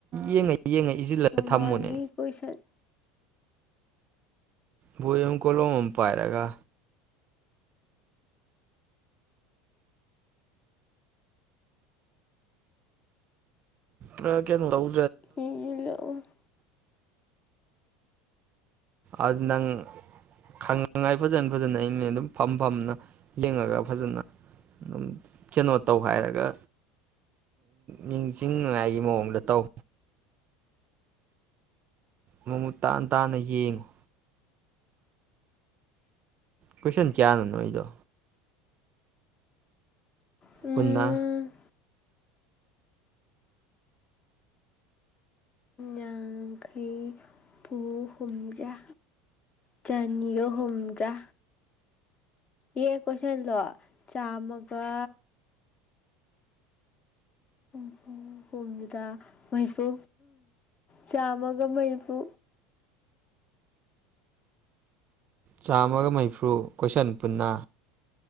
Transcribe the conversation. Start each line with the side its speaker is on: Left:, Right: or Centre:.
Right: ꯌꯦꯡꯉ ꯌꯦꯡꯉ ꯏꯁꯤꯜꯂ
Left: ꯃꯃꯪꯒꯤ
Right: ꯊꯝꯃꯨꯅꯦ
Left: ꯀꯣꯏꯁꯟ
Right: ꯕꯣꯏ ꯑꯃ ꯀꯣꯂꯣꯝ ꯑꯃ ꯄꯥꯏꯔꯒ ꯈꯔꯥ ꯀꯩꯅꯣ ꯇꯧ
Left: ꯏ <unintelligible>
Right: ꯑꯗꯨ ꯅꯪ ꯈꯪꯅꯉꯥꯏ ꯐꯖꯅ ꯐꯖꯅ ꯑꯩꯅ ꯑꯗꯨꯝ ꯐꯝ ꯐꯝꯅ ꯂꯤꯡꯉꯒ ꯐꯖꯅ ꯑꯗꯨꯝ ꯀꯩꯅꯣ ꯇꯧ ꯍꯥꯏꯔꯒ ꯅꯤꯡꯁꯤꯡꯅꯉꯥꯏꯒꯤ ꯃꯑꯣꯡꯗ ꯇꯧ ꯃꯃꯨꯠ ꯇꯥꯅ ꯇꯥꯅ ꯌꯦꯡꯉꯨ ꯀꯣꯏꯏꯁꯟ ꯀꯌꯥꯅꯨ ꯅꯣꯏꯗꯣ
Left: ꯎꯝ
Right: ꯄꯨꯟꯅ
Left: ꯌꯥꯡꯈꯩ ꯄꯨ ꯍꯨꯝꯗ꯭ꯔꯥ ꯆꯅꯤꯒ ꯍꯨꯝꯗ꯭ꯔꯥ ꯌꯦ ꯀꯣꯏꯁꯟꯗꯣ ꯆꯥꯝꯃꯒ ꯍꯨꯝꯐꯨ ꯍꯨꯝꯗꯔꯥ ꯃꯩꯐꯨ ꯆꯥꯝꯃꯒ ꯃꯩꯐꯨ
Right: ꯆꯥꯝꯃꯒ ꯃꯔꯤꯐꯨ ꯀꯣꯏꯁꯟ ꯄꯨꯟꯅ